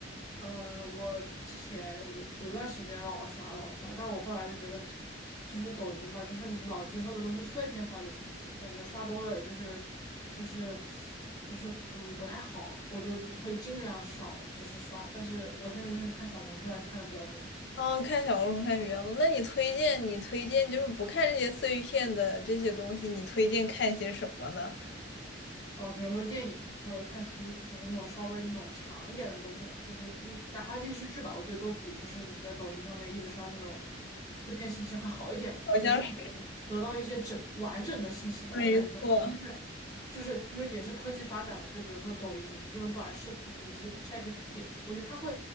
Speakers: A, on the left; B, on the left.
A: 呃，我之前有有段时间老刷老刷，但我后来就觉得，就是抖音吧，就是你老接受的都是碎片化的信息，感觉刷多了也就是就是就是嗯不太好，我就会尽量少就是刷，但是我现在就是看小红书还是看的比较多。
B: 哦，看小红书看比较多。那你推荐你推荐就是不看这些碎片的这些东西，你推荐看些什么呢？
A: 呃，比如说电影嘛，或者看书嘛，就是那种稍微那种长一点的东西吧，就是不哪哪怕电视剧吧，我觉得都比就是你在抖音上面一直刷那种碎片信息会好一点吧，
B: 好像是
A: 就至少能得到一些整完整的信息吧，
B: 没错，
A: 就感觉我现在就是因为也是科技发展嘛，就比如说抖音这种短视频以及 ChatGPT，我觉得它会